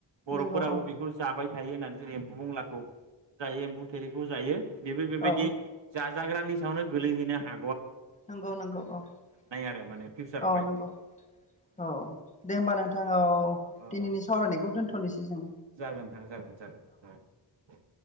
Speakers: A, on the right (about 70°); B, on the left (about 15°).
A: बर'फोराबो
B: नंगौ औ
A: बेखौ जाबाय थायो होननानै जों एम्बु बंग्लाखौ जायो एम्बु थेरे खौ जायो। बेबो बेबायदि
B: औ
A: जाजाग्रानि नो गोलैहैनो हा
B: नंगौ नंगौ औ <inaudible>
A: आरो माने फिउचारावहाय
B: औ नंगौ औ दे होमबा नोंथां औ
A: औ
B: दिनैनि सावरायनायखौ दोन्थ'निसै जों।
A: जागोन नोंथां जागोन जागोन अ दे।